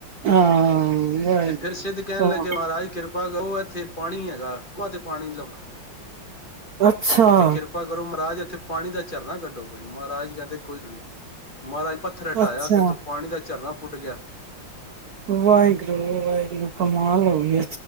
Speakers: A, on the right; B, on the left.
A: ਹਾਂ। ਵਾਹਿਗੁਰੂ
B: ਤੇ ਫਿਰ ਸਿੱਧ ਕਹਿਣ
A: ਕਮਾਲ
B: ਲੱਗੇ ਮਹਾਰਾਜ ਕਿਰ ਪਾ ਕਰੋ, ਇਥੇ ਪਾਣੀ ਹੈਗਾ ਕੁਹਾ ਤੇ ਪਾਣੀ ਨੀ ਲੱਭਣਾ।
A: ਅੱਛਾ
B: ਤੇ ਕਿਰਪਾ ਕਰੋ ਮਹਾਰਾਜ ਇਥੇ ਪਾਣੀ ਦਾ ਝਰਨਾ ਕੱਢੋ ਕੋਈ ਮਹਾਰਾਜ ਕਹਿੰਦੇ ਕੋਈ ਗੱਲ ਨੀ, ਮਹਾਰਾਜ ਪੱਥਰ ਹਟਾਇਆ
A: ਅੱਛਾ
B: ਤੇ ਉੱਥੋਂ ਪਾਣੀ ਦਾ ਝਰਨਾ ਟੁੱਟ ਗਿਆ।
A: ਵਾਹਿਗੁਰੂ, ਵਾਹਿਗੁਰੂ ਕਮਾਲ ਹੋ ਗਈ ਏ।